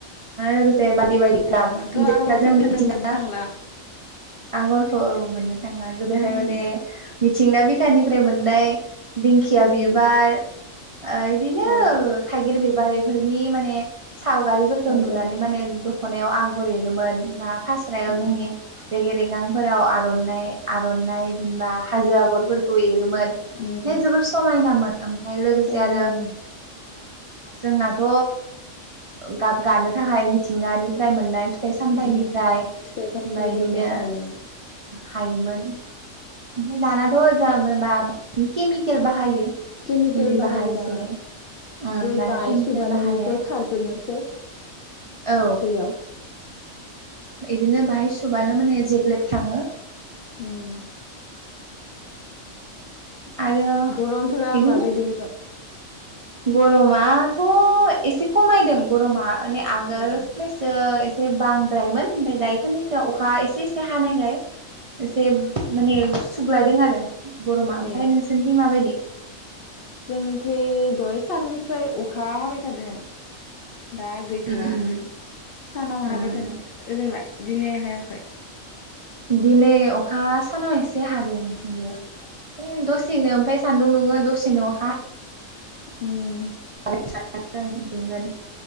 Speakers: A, on the right; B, on the left.
A: लोगोसे बायदि बायदि
B: दानाथ'
A: गाब जेनेबा
B: आगरफोरखौनो
A: जों मिथिंगा
B: मोननो थांला
A: आगरखौ औ मोननो थांला गोदोहाय
B: उम
A: माने मिथिंगा बिखानिफ्राय मोननाय दिंखिया
B: उम
A: बिबार बिदिनो
B: औ
A: थाइगिर बिबारिफोरनि माने सावगारिफोरखौ
B: आगर
A: नुनानै माने दख'नायाव आगर एरोमोन बा फास्रायाव
B: उम
A: जोंनि रेगे रेगांफोराव आर'नाइ आर'नाइ जेनबा हाजो आगरफोरखौ एरोमोन
B: उम
A: म जोबोर समायनोन ओमफाय लोगोसे
B: समायनामोन
A: ओआरो जोंनाथ' गाब गानो थाखाय मिथिंगानिफ्राय मोननाय फिथाइ सामथाइनिफ्राय
B: उम फिथाइ
A: ओमफ्राय
B: सामथाइजोंनो
A: बिदिनो
B: हायोमोन
A: हायोमोन ओमफ्राय दानाथ' जेबा केमिकेल बाहायो।
B: केमिकेल
A: मुलि
B: बाहायो
A: बाहायोसो
B: दाना
A: उम
B: बै
A: दाना
B: बाय
A: केमिकेल
B: सुबानायनिफ्राय
A: बाहायो
B: खारजोबनोसै।
A: औ
B: दैयाव
A: बिदिनो बाहाय सुबानो माने जेग्लेब थाङो।
B: उम
A: आरो
B: गरमफोरा
A: इदिनो
B: माबायदि होदों?
A: गरमाथ' एसे खमायदों गरमा माने आगोल-
B: ए
A: जो एसे बांद्रायमोन ओमफ्राय दायोखायनोसो अखा एसे एसे हानायखाय एसे माने सुग्लायदों आरो गरमा ओमफ्राय
B: ए
A: नोंसोरनिथिं माबायदि?
B: जोंथि दय साननिफ्राय अखा हाबाय थादो। दा गैथ'वा
A: उम उम
B: सानाव
A: उम
B: हाबाय थादोंमोन ओजोंलाय दिनै हायाखै।
A: दिनै अखा सानाव एसे हादों इथिंबो। ए दसेनो ओमफ्राय सान्दुं दुङो दसेनो अखा
B: उम
A: <unintelligible>